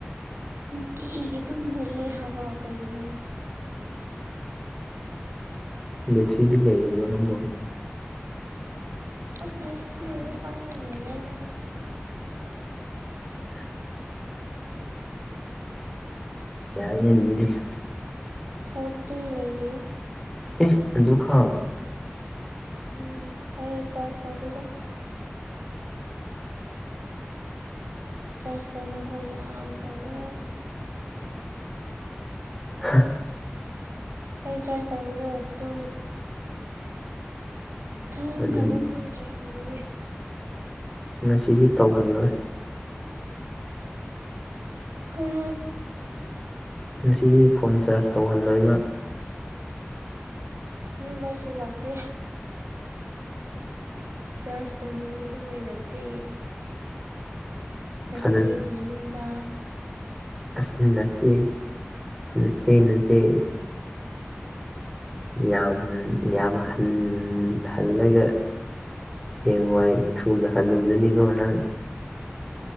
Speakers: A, on the right; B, in the centre.
A: ꯅꯨꯡꯇꯤꯒꯤ ꯑꯗꯨꯝ ꯃꯨꯜꯂꯦ ꯍꯥꯏꯕ ꯀꯩꯒꯤꯅꯣ
B: ꯕꯦꯇ꯭ꯔꯤꯗꯤ ꯂꯩꯔꯤꯕꯣ ꯅꯪꯕꯨ
A: ꯑꯁ ꯉꯁꯤꯒꯤ ꯄꯥꯏꯕꯥ ꯅꯪꯗꯦꯗꯥ ꯑꯩ
B: ꯎ <inaudible> ꯌꯥꯏꯅ <inaudible>
A: ꯐꯣꯔꯇꯤ ꯂꯩꯔꯤ
B: ꯑꯦ ꯑꯗꯨ ꯈꯥꯛ
A: ꯎꯝ ꯑꯩ ꯆꯥꯁ ꯇꯧꯗꯦꯗ ꯆꯔꯁ ꯇꯧꯅꯕ ꯌꯥꯝ ꯇꯜꯂꯦ
B: ꯍꯥ
A: ꯍꯩ ꯆꯔ ꯆꯗ ꯇ ꯊꯣ <inaudible>
B: ꯑꯗꯨꯝ
A: ꯆꯔꯁ ꯇꯧꯒꯅꯤ
B: ꯉꯁꯤꯗꯤ ꯇꯧꯍꯜꯂꯣꯏ
A: ꯀꯔꯤ
B: ꯉꯁꯤꯗꯤ ꯐꯣꯟ ꯆꯥꯔꯖ ꯇꯧꯍꯜꯂꯣꯏꯕ
A: ꯃꯩꯁꯨ ꯂꯥꯛꯇꯦ ꯆꯥꯔꯆ ꯇꯧꯅꯤꯡꯔꯁꯨ ꯃꯩ ꯂꯛꯇꯦ ꯅꯆꯦꯒꯤ
B: ꯑꯗꯨꯅ
A: ꯌꯨꯝꯗ
B: ꯑꯁ ꯅꯆꯦ ꯅꯆꯦ ꯅꯆꯦ ꯌꯥꯝ ꯌꯥꯝ ꯍꯟ ꯍꯜꯂꯒ ꯍꯦꯡꯋꯥꯏ ꯊꯨꯅ ꯍꯥꯅꯨꯖꯅꯤꯀꯣ ꯅꯪ